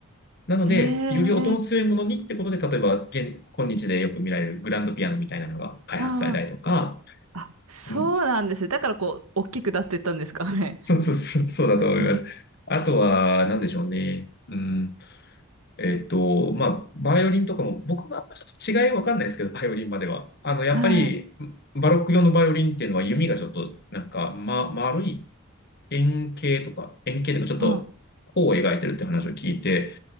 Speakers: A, on the left; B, on the right.
A: なので、
B: へえ。
A: より音の強いものにってことで、例えば、現、今日でよく見られるグランドピアノみたいなのが開発されたりとか、
B: ああ、あ、そうなんですね。
A: うん、
B: だからこう、大きくなっていったんですかね。
A: そうそうそう、そうだと思います。
B: <laughs>
A: あとは、なんでしょうね。うん、えっと、まあ、バイオリンとかも、僕がちょっと違いわかんないですけど、バイオリンまでは。あの、やっぱり、
B: はい。
A: バロック用のバイオリンっていうのは弓がちょっと、なんか、ま、丸い円形とか、円形とか、ちょっと、
B: うん。
A: 弧を描いてるって話を聞いて、